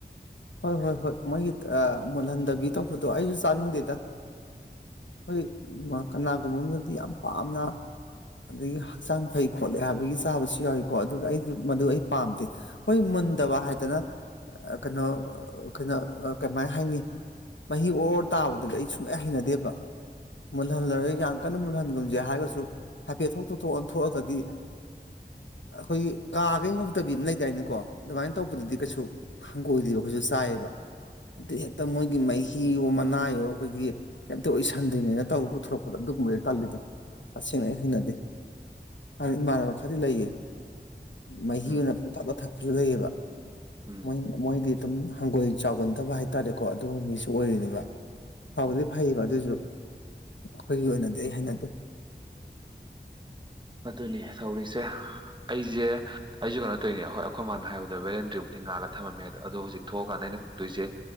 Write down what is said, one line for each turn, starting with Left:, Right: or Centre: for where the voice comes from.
Left: ꯍꯣꯏ ꯍꯣꯏ ꯍꯣꯏ ꯃꯣꯏꯒꯤ ꯃꯨꯜꯍꯟꯗꯕꯤ ꯇꯧꯕꯗꯣ ꯑꯩꯁꯨ ꯆꯥꯅꯤꯡꯗꯦꯗ ꯑꯩꯈꯣꯏ ꯀꯅꯥꯒꯨꯝꯕ ꯑꯃꯅꯗꯤ ꯌꯥꯝ ꯄꯥꯝꯅ ꯑꯗꯒꯤ ꯍꯛꯆꯥꯡ ꯐꯩ ꯈꯣꯠꯂꯦ ꯍꯥꯏꯕꯒꯤ ꯆꯥꯕꯁꯨ ꯌꯥꯎꯏꯤꯀꯣ ꯑꯗꯨꯒ ꯑꯩ ꯃꯗꯨ ꯑꯩ ꯄꯥꯝꯗꯦ ꯍꯣꯏ ꯃꯨꯟꯗꯕ ꯍꯥꯏꯗꯅ ꯀꯩꯅꯣ ꯀꯩꯅꯣꯅꯣ ꯀꯃꯥꯏ ꯍꯥꯏꯅꯤ ꯃꯍꯤ ꯑꯣꯔ ꯑꯣꯔ ꯇꯥꯕꯗꯨꯗꯤ ꯑꯩ ꯁꯨꯡꯍꯩ ꯍꯩꯅꯗꯦꯕ ꯃꯨꯜꯍꯜꯂꯔꯣꯏ ꯌꯥꯝ ꯀꯟꯅ ꯃꯨꯜꯍꯟꯒꯨꯝꯁꯦ ꯍꯥꯏꯔꯒꯁꯨ ꯍꯥꯏꯐꯦꯠ ꯊꯣꯛ ꯇꯣ ꯊꯣꯛ ꯑꯣꯟ ꯊꯣꯛꯑꯒꯗꯤ ꯑꯩꯈꯣꯏꯒꯤ ꯀꯥꯒꯩ ꯉꯧꯗꯕꯤ ꯑꯃ ꯂꯩꯗꯥꯏꯅꯦꯀꯣ ꯑꯗꯨꯃꯥꯏꯅ ꯇꯧꯕꯗꯗꯤ ꯀꯩꯁꯨ ꯍꯪꯒꯣꯏꯗꯕ ꯑꯩꯈꯩꯁꯨ ꯆꯥꯏꯑꯦꯕ ꯑꯗꯩ ꯍꯦꯛꯇ ꯃꯣꯏꯒꯤ ꯃꯍꯤꯌꯣ ꯃꯅꯥꯏꯌꯣ ꯑꯩꯈꯣꯏꯒꯤ ꯀꯩꯝꯇ ꯑꯣꯏꯁꯟꯗ꯭ꯔꯤꯃꯤꯅ ꯇꯧꯔꯒ ꯄꯨꯊꯣꯔꯛꯄꯗꯣ ꯑꯗꯨꯒꯨꯝꯕꯗꯣ ꯇꯜꯂꯤꯗ ꯇꯁꯦꯡꯅ ꯑꯩ ꯍꯩꯅꯗꯦ <unintelligible> ꯏꯃꯥꯟꯅꯕ ꯈꯔꯗꯤ ꯂꯩꯌꯦ ꯃꯍꯤ
Right: ꯎꯝ
Left: ꯑꯣꯏꯅ ꯄꯪꯊꯥꯛꯇ ꯊꯛꯄꯁꯨ ꯂꯩꯌꯦꯕ
Right: ꯎꯝ
Left: ꯃꯣꯏ ꯃꯣꯏꯗꯤ ꯑꯗꯨꯝ ꯍꯪꯒꯣꯏ ꯆꯥꯎꯒꯟꯗꯕ ꯍꯥꯏꯇꯥꯔꯦꯀꯣ ꯑꯗꯨꯒꯨꯝꯕ ꯃꯤꯁꯨ ꯑꯣꯏꯔꯤꯅꯦꯕ ꯍꯥꯎꯕꯗꯤ
Right: ꯎꯝ
Left: ꯐꯩꯌꯦꯕ ꯑꯗꯨꯁꯨ ꯑꯩꯈꯣꯏꯒꯤ ꯑꯣꯏꯅꯗꯤ ꯑꯩ ꯍꯩꯅꯗꯦ
Right: ꯑꯗꯨꯅꯤ ꯇꯧꯔꯤꯁꯦ ꯑꯩꯁꯦ ꯑꯩꯁꯨ ꯀꯩꯅꯣ ꯇꯧꯔꯤꯅꯦ ꯑꯩꯍꯣꯏ ꯑꯩꯈꯣꯏ ꯃꯥꯅ ꯍꯥꯏꯗ ꯕꯦꯂꯦꯟꯇ꯭ꯔꯤꯨꯕꯨꯗꯤ ꯉꯥꯜꯂ ꯊꯃꯝꯃꯦ ꯑꯗꯣ ꯍꯧꯖꯤꯛ ꯊꯣꯛꯑꯀꯥꯟꯗ ꯑꯩꯅ ꯇꯣꯏꯁꯦ